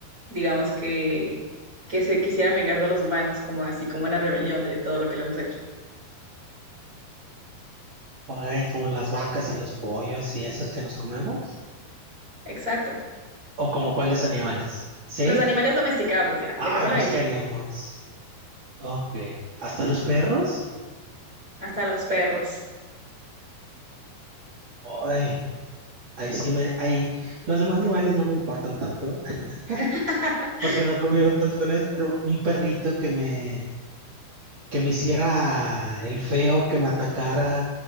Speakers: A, on the right; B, on the right.
A: digamos que, que se quisieran vengar de los humanos, como así, como una rebelión de todo lo que le hemos hecho.
B: ok, como las vacas y los pollos y esos que nos comemos.
A: Exacto.
B: ¿O como cuáles animales? ¿Sí?
A: Los animales domesticados, ya,
B: Ay,
A: dejémoslo
B: pues
A: ahí.
B: ¿qué haríamos? Ok. ¿Hasta los perros?
A: Hasta los perros.
B: Ay, ahí sí me... Ahí, los demás animales no me importan tanto <laughs>
A: <laughs>
B: porque no convivo tanto con ellos, pero un perrito que me, que me hiciera el feo, que me atacara